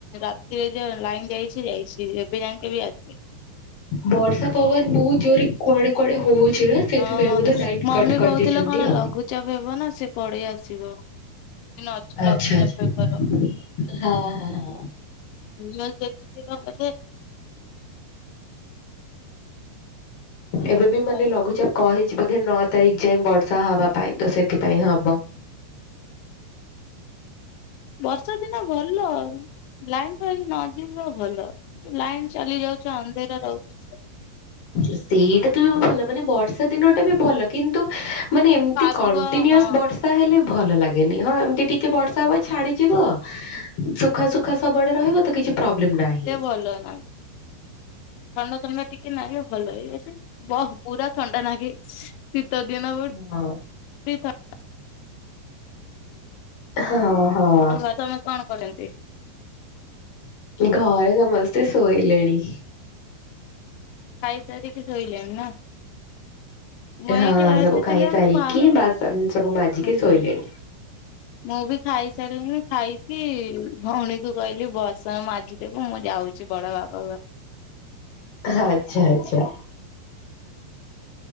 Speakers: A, on the left (about 85°); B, on the left (about 40°).
A: ରାତିରେ ଯ ଲାଇନ୍ ଯାଇଚି ଯାଇଚି ଏବେ ଯାଇକ ବି ଆସ।
B: ବର୍ଷା ପବନ ବୋହୁତ ଜୋରେ କୁଆଡେ କୁଆଡେ ହୋଉଚି ନା। ସେଥିପାଇଁ
A: ହଁ ହଁ
B: ବୋଧେ ଲାଇନ
A: ମମି
B: କଟ କରିଦେଇଛନ୍ତି
A: କୋହୁଥିଲେ କଣ
B: ଆଉ।
A: ଲଘୁଚାପ ହେବ ନା ସେ ପଳେଇ ଆସିବ। ଦିନ ଅଛି
B: ଆଚ୍ଛା
A: ଲଘୁଚାପ
B: ଆଚ୍ଛା
A: ହେବାର
B: ହଁ ହଁ।
A: <unintelligible> ଦେଖିଥିବ ବୋଧେ।
B: ଏବେ ବି ମାନେ
A: ହଁ
B: ଲଘୁଚାପ କହିଚି ବୋଧେ ନଅ ତାରିଖ ଯାଏ ବର୍ଷା ହବା ପାଇଁ ତ ସେଥିପାଇଁ ହବ।
A: ବର୍ଷା ଦିନ ଭଲ ଲାଇନ୍ ଫାଇନ୍ ଯିବ ଭଲ। ଲାଇନ୍ ଚାଲି ଯାଉଚ ଅନ୍ଧେର ରହୁଚି।
B: ସେଇଟା ତ ବି ଭଲ ମାନେ ବର୍ଷା ଦିନ ଟା ଭଲ। କିନ୍ତୁ ମାନେ ଏମତି
A: କାଦୁଅ
B: କଣ୍ଟିନୁଅସ
A: ହଁ
B: ବର୍ଷା ହେଲେ ଭଲ ଲାଗେନି ହଁ ଏମିତି ଟିକେ ବର୍ଷା ହ ଛାଡିଯିବ ସୁଖା ସୁୁଖା ସବୁଆଡେ ରହିବ ତ କିଛି ପ୍ରୋବ୍ଲେମ ନାହିଁ।
A: କଲ ନାହାନ୍ତି। ଥଣ୍ଡା ଥଣ୍ଡା ଟିକେ ନାଗେ ଭଲ ହେଇ ଏଠ ବହୁ ପୁରା ଥଣ୍ଡା ନାଗେ। ଶୀତା ଦିନ
B: ହଁ।
A: <unintelligible>
B: ହଁ ହଁ।
A: <unintelligible> ସମସ୍ତେ କଣ <unintelligible>
B: ଘରେ ସମସ୍ତେ ଶୋଇଲେଣି।
A: ଖାଇସାରି କି ଶୋଇଲାଣି ନା। <unintelligible>
B: ହଁ
A: ଆସିଥିଲା
B: ସବୁ ଖାଇସାରିକି
A: ମୁଁ ବା।
B: ବାସନ ସବୁ ମାଜିକି
A: ମୁଁ
B: ଶୋଇଲେଣି।
A: ବି ଖାଇସାରିଲିନି ଖାଇକି ଭଉଣୀକୁୁ କହିଲି ବାସନ ମାଜିଦେବୁ ମୁଁ ଯାଉଚି। କିଛି ବଡ ବାପ।
B: ଆଚ୍ଛା ଆଚ୍ଛା।